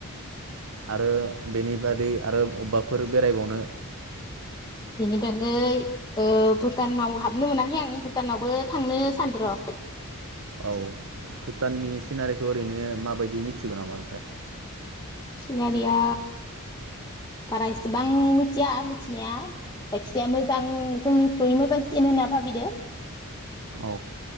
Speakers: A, on the right; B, on the left.
A: आरो बेनि बादै आरो अबेबाफोर बेरायबावनो
B: बेनि बागै ओ भुटानाव हाबनो मोनाखै आं भुटानावबो थांनो सानदों र'।
A: औ भुटाननि सिनारिखौ ओरैनो माबायदि मिथिगौ नामा?
B: सिनारिया बारा इसिबां मिथिया मिथिनाया जायखिजाया मोजां जोंनिख्रुइ मोजांसिन होनना भाबिदों।
A: औ